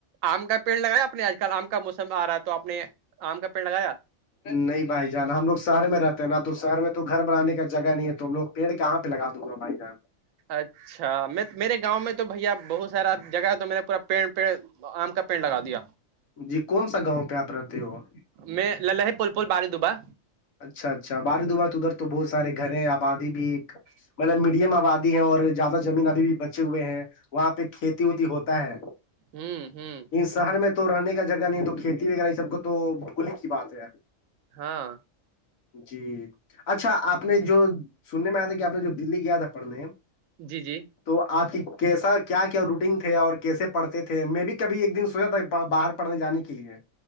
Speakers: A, on the right (about 80°); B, on the left (about 85°).
A: آم کا پیڑ لگایا آپ نے آج کل آم کا موسم آ رہا ہے تو آپ نے آم کا پیڑ لگایا
B: نہیں بھائی جان ہم لوگ شہر میں رہتے ہیں نا تو شہر میں تو گھر بنان کا جگہ نہیں ہے توم لوگ پیڑ کہاں پہ لگا دوں گا بھائی صحب
A: اچھا میں میرے گاؤں میں تو بھیا بہت سارا جگہ تو میرا پورا پیڑ پیڑ آم کا پینڑ لگا دیا
B: جی کون سا گاؤں پہ آپ رہتے ہو وہ
A: میں للہ ہے پول پول بار دبا
B: اچھا اچھا باردبار ادھر تو بہت سارے گھر ہیں آبادی بھی
A: ہوں
B: مطلب میڈیم آبادی ہے اور زیادہ زمین ابھی بھی بچے ہوئے ہیں وہاں پہ کھیتی وتی ہوتا ہے
A: ہوں ہوں
B: شہر میں تو رہنے کا جگہ نہیں تو کھیتی وغیرہ یہ سب کو تو بھول کی بات ہے
A: ہاں
B: جی اچھا آپ نے جو سننے میں آیا تھا کہ آپ نے جو دللی گیا تھا پڑھنے
A: جی جی
B: تو آپ کی کیسا کیا کیا روٹین تھے اور کیسے پڑھتے تھے میں بھی کبھی ایک دن سوچا تھا باہر پڑنے جان کے لیے